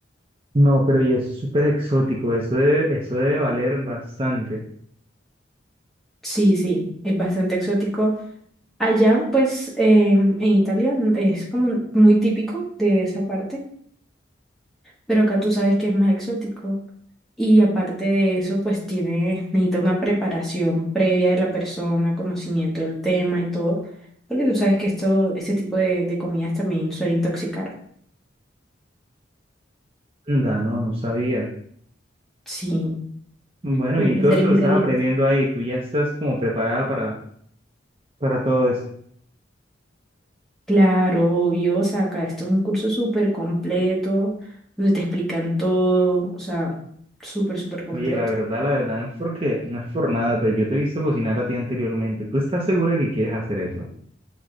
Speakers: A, on the right (about 30°); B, in the centre.
A: No, pero y es súper exótico, eso debe, eso debe valer bastante.
B: Sí, sí, es bastante exótico. Allá, pues, em, en Italia es como muy típico de esa parte. Pero acá tú sabes que es más exótico. Y aparte de eso, pues tiene, necesita una preparación previa de la persona, conocimiento del tema y todo. Porque tú sabes que esto, este tipo de, de comidas también suele intoxicar.
A: Anda, no, no sabía.
B: Sí.
A: Bueno,
B: Tiene
A: y
B: que
A: todo
B: ser
A: eso
B: ingrediente.
A: lo estás aprendiendo ahí, tú ya estás como preparada para, para todo eso.
B: Claro, obvio, o sea, acá esto es un curso súper completo, donde te explican todo, o sea, súper, súper completo.
A: Oye, la verdad, la verdad, no es porque, no es por nada, pero yo te he visto cocinar a ti anteriormente. ¿Tú estás segura que quieres hacer eso?